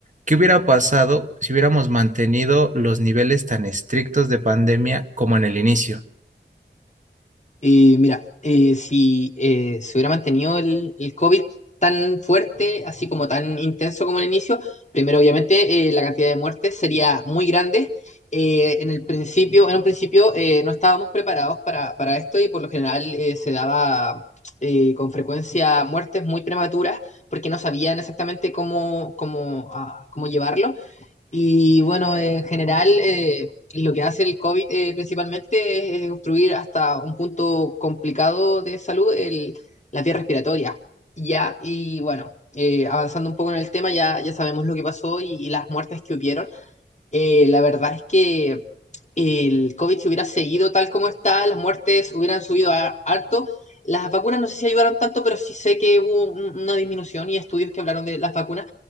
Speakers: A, on the right; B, on the left.
A: qué hubiera pasado si hubiéramos mantenido los niveles tan estrictos de pandemia como en el inicio.
B: Eh, mira, eh, si eh, se hubiera mantenido el, el COVID tan fuerte, así como tan intenso como el inicio, primero obviamente eh, la cantidad de muertes sería muy grande. Eh, en el principio, en un principio eh, no estábamos preparados para, para esto y por lo general eh, se daba eh, con frecuencia muertes muy prematuras porque no sabían exactamente cómo, cómo, ah, cómo llevarlo. Y bueno, en general, eh, lo que hace el COVID eh, principalmente es obstruir hasta un punto complicado de salud el- la vía respiratoria. Ya, y bueno, eh, avanzando un poco en el tema, ya, ya sabemos lo que pasó y, y las muertes que hubieron. Eh, la verdad es que el COVID se hubiera seguido tal como está, las muertes hubieran subido a, harto. Las vacunas no sé si ayudaron tanto, pero sí sé que hubo un- una disminución y estudios que hablaron de las vacunas.